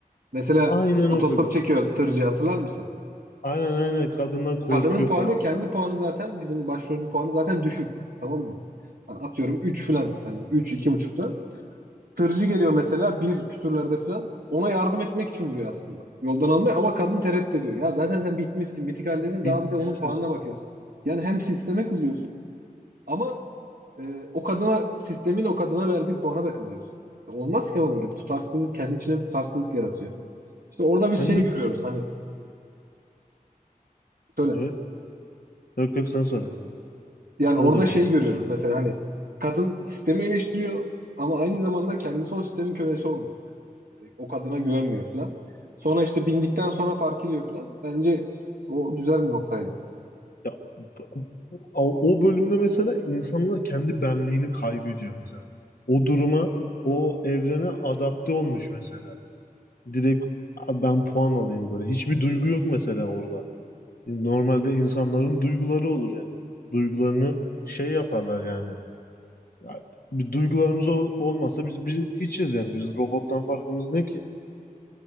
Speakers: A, on the right; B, on the left.
A: Mesela
B: Aynen
A: otostop
B: o bölüm.
A: çekiyor tırcı hatırlar mısın?
B: Aynen aynen kadından korkuyor
A: Kadının puanı
B: falan
A: kendi
B: böyle.
A: puanı zaten bizim başrolün puanı zaten düşük. Tamam mı? Hani atıyorum 3 falan. Hani üç, iki buçuk falan. Tırcı geliyor mesela bir küsürlerde falan. Ona yardım etmek için duruyor aslında. Yoldan almaya ama kadın tereddüt ediyor. Ya zaten sen bitmişsin, bitik haldesin.
B: Bitmişsin.
A: Daha bir de onun puanına bakıyorsun. Yani hem sisteme kızıyorsun ama e, o kadına sistemin o kadına verdiği puana da kızıyorsun. Olmaz ki ama böyle bir tutarsızlık kendi içine bir tutarsızlık yaratıyor. İşte orada bir
B: Hem
A: şey
B: de
A: görüyoruz.
B: bir de
A: Hani şöyle
B: evet. Yok yok sen söyle.
A: Yani
B: Sen
A: orada
B: söyle.
A: şey görüyoruz mesela hani kadın sistemi eleştiriyor ama aynı zamanda kendisi o sistemin kölesi olmuş. Yani o kadına güvenmiyor falan. Sonra işte bindikten sonra fark ediyor falan. Bence o güzel bir noktaydı.
B: Ya b- bu- o o bölümde mesela insanlar kendi benliğini kaybediyor mesela. O duruma, o evrene adapte olmuş mesela. Direkt "A, ben puan alayım böyle. Hiçbir duygu yok mesela orada. Normalde insanların duyguları olur yani. Duygularını şey yaparlar yani. Ya, bir duygularımız ol- olmasa biz, biz hiçiz yani. Biz robottan farkımız ne ki?